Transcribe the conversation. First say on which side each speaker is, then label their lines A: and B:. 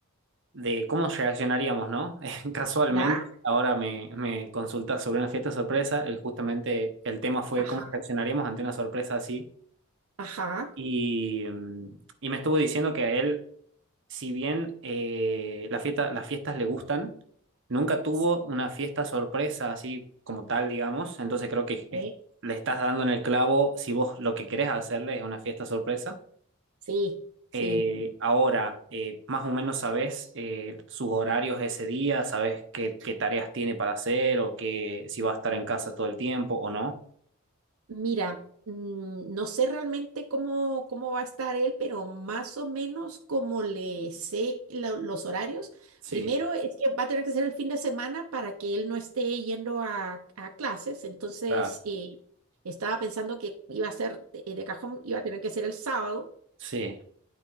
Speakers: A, on the right; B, on the right.
A: de cómo reaccionaríamos, ¿no? <laughs> Casualmente,
B: ¿Ya?
A: ahora me, me consultas sobre una fiesta sorpresa, eh, justamente el tema fue
B: Ajá,
A: cómo reaccionaríamos ante una sorpresa así.
B: ajá.
A: Y, mm, y me estuvo diciendo que a él si bien eh, la fiesta, las fiestas le gustan, nunca tuvo
B: Sí,
A: una fiesta sorpresa así como tal, digamos. Entonces creo que es-
B: eh,
A: le estás dando en el clavo si vos lo que querés hacerle es una fiesta sorpresa.
B: sí, sí.
A: Eh, ahora, eh, más o menos sabés eh, sus horarios ese día, sabés qué, qué tareas tiene para hacer o qué, si va a estar en casa todo el tiempo o no.
B: Mira, mm, no sé realmente cómo, cómo va a estar él, pero más o menos como le sé lo- los horarios.
A: Sí,
B: Primero es que va a tener que ser el fin de semana para que él no esté yendo a, a clases. Entonces,
A: claro,
B: eh, estaba pensando que iba a ser de, de cajón, iba a tener que ser el sábado.
A: Sí,